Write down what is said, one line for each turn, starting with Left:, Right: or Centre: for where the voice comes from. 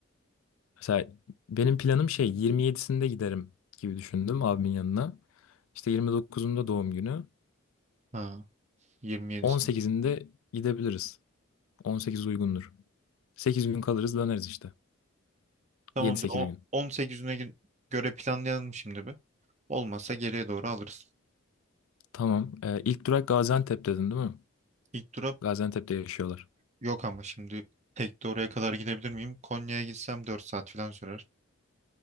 Left: Mesela benim planım şey 27'sinde giderim gibi düşündüm abimin yanına. İşte 29'unda doğum günü.
Right: Ha, 27'sinde.
Left: 18'inde gidebiliriz. 18 uygundur. 8 gün kalırız döneriz işte.
Right: Tamamdır.
Left: 7-8
Right: O-
Left: gün.
Right: 18'ine gö- göre planlayalım şimdi bir. Olmazsa geriye doğru alırız.
Left: Tamam. Ee, ilk durak Gaziantep dedin değil mi?
Right: İlk durak
Left: Gaziantep'te yaşıyorlar.
Right: yok ama şimdi tek de oraya kadar gidebilir miyim? Konya'ya gitsem 4 saat falan sürer.